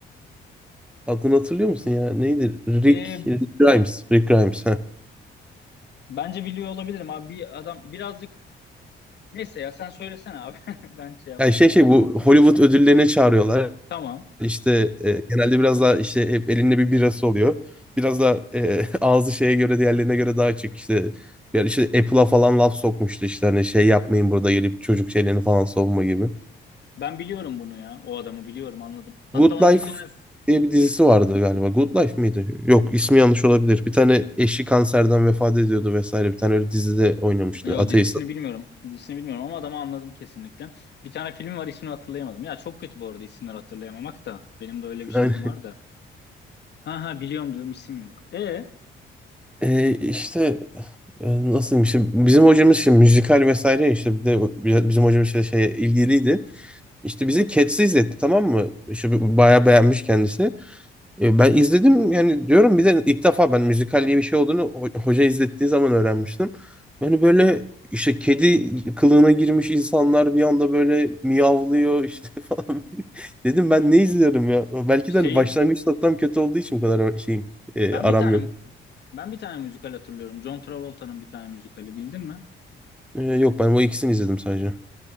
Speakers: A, in the centre; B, on the left.
A: Adını hatırlıyor musun ya? Neydi? Rick,
B: Ee,
A: Rick Grimes. Rick Grimes. Ha.
B: bence biliyor olabilirim abi. Bir adam birazcık... Neyse ya sen söylesene abi. <laughs> Ben şey yap.
A: Yani şey şey bu Hollywood ödüllerine çağırıyorlar.
B: Tamam.
A: İşte e, genelde biraz daha işte hep elinde bir birası oluyor. Biraz da e, <laughs> ağzı şeye göre diğerlerine göre daha açık işte. Yani işte Apple'a falan laf sokmuştu işte hani şey yapmayın burada gelip çocuk şeylerini falan savunma gibi.
B: Ben biliyorum bunu ya. O adamı biliyorum anladım. Hatta
A: Good
B: onun
A: Life
B: bir tane...
A: diye bir dizisi
B: fi-
A: vardı galiba. Good Life miydi? Yok, ismi yanlış olabilir. Bir tane eşi kanserden vefat ediyordu vesaire. Bir tane öyle dizide oynamıştı.
B: Yo
A: Ateist.
B: dizisini bilmiyorum. Dizisini bilmiyorum ama adamı anladım kesinlikle. Bir tane filmi var ismini hatırlayamadım. Ya çok kötü bu arada isimleri hatırlayamamak da. Benim de öyle bir
A: Yani,
B: şeyim var da. Ha ha biliyorum diyorum isim yok. E
A: e, işte e, nasıl işte bizim hocamız şimdi müzikal vesaire ya, işte bir de o- bi- bizim hocamız şey şeye ilgiliydi. İşte bizi Cats'i izletti tamam mı? İşte bi- bayağı beğenmiş kendisi. E, Ben izledim yani diyorum bir de ilk defa ben müzikal diye bir şey olduğunu ho- hoca izlettiği zaman öğrenmiştim. Yani böyle işte kedi kılığına girmiş insanlar bir anda böyle miyavlıyor işte <laughs> falan. Dedim ben ne izliyorum ya? Belki
B: şeyin
A: de hani başlangıç noktam kötü olduğu için bu kadar şeyim e,
B: ben
A: aram
B: bir tane
A: yok.
B: ben bir tane müzikal hatırlıyorum. John Travolta'nın bir tane müzikali bildin mi?
A: E, yok ben o ikisini izledim sadece.